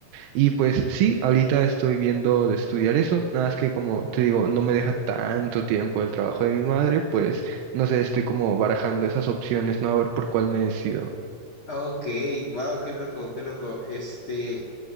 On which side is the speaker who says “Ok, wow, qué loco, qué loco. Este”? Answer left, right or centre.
Left